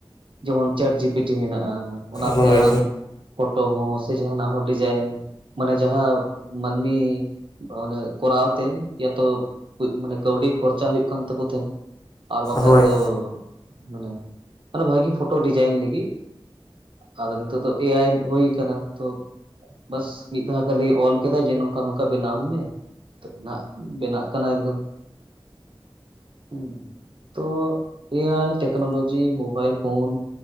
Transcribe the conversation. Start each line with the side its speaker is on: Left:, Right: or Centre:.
Right: ᱡᱮᱢᱚᱱ ᱪᱮᱴ ᱡᱤᱯᱤᱴᱤ ᱢᱮᱱᱟᱜ-ᱟ ᱚᱱᱟᱛᱮ
Left: ᱦᱳᱭ
Right: ᱟᱢ ᱯᱷᱳᱴᱳ ᱦᱚᱸ ᱥᱮ ᱡᱟᱦᱟᱱᱟᱜ ᱦᱚᱸ ᱰᱤᱡᱟᱭᱤᱱ ᱢᱟᱱᱮ ᱡᱟᱦᱟᱸ ᱢᱟᱹᱱᱢᱤ ᱵᱟ ᱚᱱᱮ ᱠᱚᱨᱟᱣ ᱛᱮ ᱭᱟᱛᱚ ᱠᱩᱡ ᱢᱟᱱᱮ ᱠᱟᱹᱣᱰᱤ ᱠᱷᱚᱨᱪᱟ ᱦᱩᱭᱩᱜ ᱠᱟᱱ ᱛᱟᱠᱚ ᱛᱟᱦᱮᱸᱜ ᱟᱨ ᱵᱟᱠᱷᱟᱡ
Left: ᱦᱳᱭ
Right: ᱫᱚ
Left: ᱦᱳᱭ
Right: ᱢᱟᱱᱮ ᱢᱮᱱᱮ ᱵᱷᱟᱹᱜᱤ ᱯᱷᱳᱴᱳ ᱰᱤᱡᱟᱭᱤᱱ ᱞᱟᱹᱜᱤᱜ ᱟᱫᱚ ᱱᱤᱛᱚᱜ ᱫᱚ ᱮ ᱟᱭ ᱦᱳᱭ ᱠᱟᱱᱟ ᱛᱚ ᱵᱟᱥ ᱢᱤᱫ ᱫᱷᱟᱣ ᱠᱷᱟᱞᱤ ᱚᱞ ᱠᱮᱫᱟᱭ ᱡᱮ ᱱᱚᱝᱠᱟ ᱱᱚᱝᱠᱟ ᱵᱮᱱᱟᱣ ᱟᱹᱧ ᱢᱮ ᱛᱷᱳᱯ ᱱᱟᱜ ᱵᱮᱱᱟᱜ ᱠᱟᱱᱟ ᱮᱠᱫᱚᱢ ᱦᱩᱸ ᱛᱳ ᱮ ᱟᱭ ᱴᱮᱠᱱᱳᱞᱚᱡᱤ ᱢᱳᱵᱟᱭᱤᱞ ᱯᱷᱳᱱ